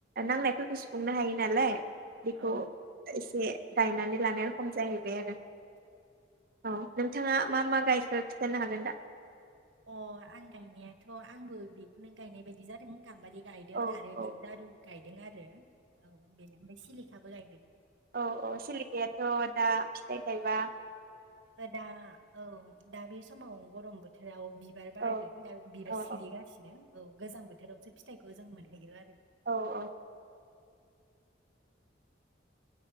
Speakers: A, on the right (about 50°); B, on the right (about 80°).
A: नांनायफोरखौ सुफुंनो हायो नालाय बेखौ
B: औ
A: एसे गायनानै लानाय रखम जाहैबाय आरो औ नोंथाङा मा मा गायखो खिन्थानो हागोन दा?
B: अ आं गायनायाथ' आंबो बेखौनो गायनाय बायदि जादों गाम्बारि गायदों
A: औ
B: आरो
A: औ
B: देेबदारु गायदों आरो औ बेनि ओमफ्राय सिलिखाबो गायदों।
A: औ औ सिलिखायाथ' दा फिथाइ थायबा
B: दा औ दा बे समाव गरम बोथोराव बिबार बारदों
A: औ
B: दा बिबार
A: औ
B: सलिगासिनो औ गोजां बोथोरावसो फिथाइखौ जों मोनहैयो आरो
A: औ औ